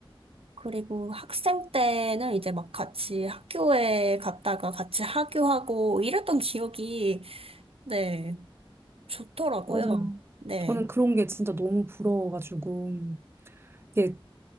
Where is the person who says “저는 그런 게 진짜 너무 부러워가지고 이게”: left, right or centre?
Right